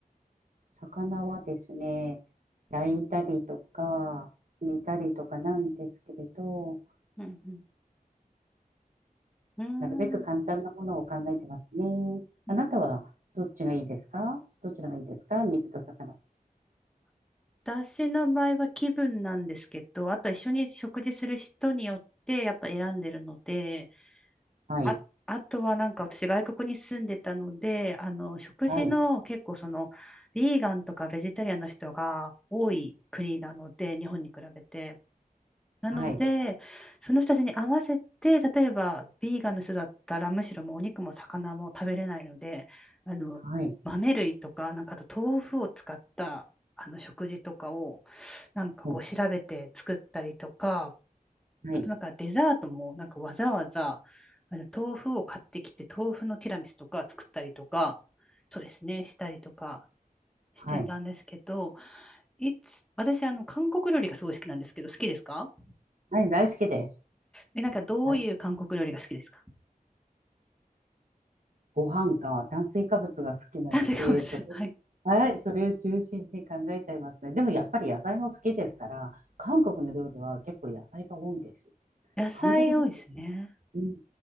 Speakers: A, on the right (about 60°); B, in the centre.
A: 魚はですね、焼いたりとか、煮たりとかなんですけれど、
B: うんうん。
A: なるべく簡単なものを考えてますね。
B: う
A: あなたはどっちがいいですかどちらがいいですか肉と魚。
B: ーん。私の場合は気分なんですけど、あと一緒に食事する人によってやっぱ選んでるので、
A: はい。
B: あ、あとはなんか私外国に住んでたので、あの、食事の結構その、
A: はい。
B: ビーガンとかベジタリアンの人が多い国なので、日本に比べて。なので、
A: はい。
B: その人たちに合わせて、例えばビーガンの人だったら、むしろもうお肉も魚も食べれないので、あの、
A: はい。
B: 豆類とか、なんかあと豆腐を使った、あの食事とかを、なんかこう調べて作ったりとか、
A: はい。はい。
B: あとなんかデザートもなんかわざわざあの豆腐を買ってきて豆腐のティラミスとか作ったりとか、そうですね、したりとかしてたんですけど、
A: はい。
B: いつ、私あの韓国料理がすごい好きなんですけど、好きですか
A: はい。大好きです。
B: え、なんかどういう韓国料理が好きですか
A: はい。ご飯か炭水化物が好きなので、
B: 炭水化物
A: それ、
B: <laughs>。はい。
A: はい。それを中心に考えちゃいますね。でもやっぱり野菜も好きですから、韓国の料理は結構野菜が多いんですよ。
B: 野菜多いですね。
A: 韓国人、うん。